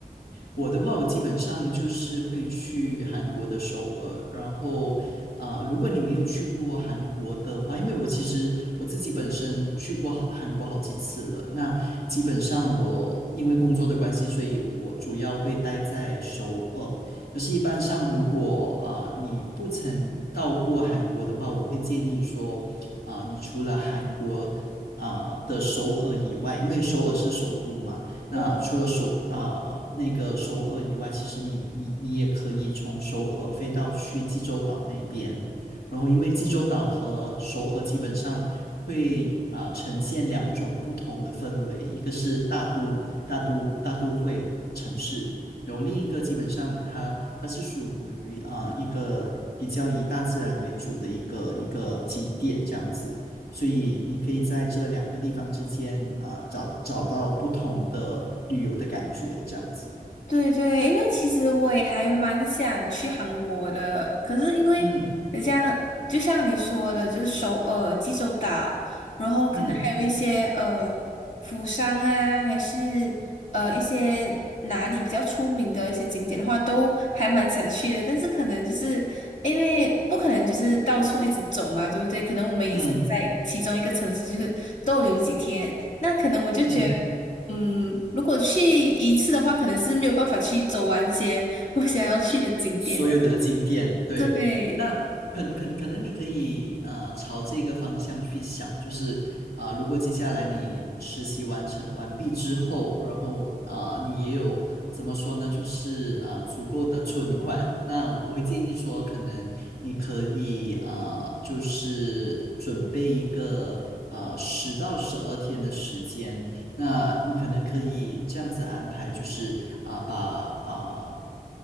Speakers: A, on the left; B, on the left.
A: 我的话，我基本上就是会去韩国的首尔，然后啊、呃如果你没有去过韩国的话，因为我其实我自己本身去过好韩国好几次了，那基本上我因为工作的关系，所以我主要会待在首尔。可是，一般上如果啊、你不曾到过韩国的话，我会建议说啊、你除了韩国。啊、的首尔以外，因为首尔是首都嘛，那除了首啊、
B: 嗯。
A: 呃那个首尔以外，其实你你你也可以从首尔飞到去济州岛那边，然后因为济州岛和首尔基本上会啊、呃呈现两种不同的氛围，一个是大都大都大都会城市，然后另一个基本上它它是属于啊、呃一个比较以大自然为主的一个一个景点这样子。所以你可以在这两个地方之间啊，呃找找到不同的旅游的感觉，这样子。
B: 对对，因为其实我也还蛮想去韩国的，可是因为你像就像你说的，
A: 嗯
B: 就是首尔、济州岛，然后可能还有一些呃釜山啊，
A: 嗯
B: 还是呃一些哪里比较出名的一些景点的话，都还蛮想去的。但是可能就是因为不可能就是到处一直走嘛，对不对？可能我们也想在其中一个城市就是逗留几天，
A: 嗯
B: 那可能我就觉得。
A: 嗯。
B: 嗯，如果去一次的话，可能是没有办法去走完这些 <laughs> 我想要去的景点的。
A: 所有的景点，对，
B: 对，
A: 那可能可能可能你可以啊朝这个方向去想，就是啊、呃如果接下来你实习完成完毕之后，然后啊、呃你也有怎么说呢，就是啊、呃足够的存款，那我我会建议说，可能你可以啊、呃就是准备一个啊十到十二天的时间。那你可能可以这样子安排，就是啊、把啊、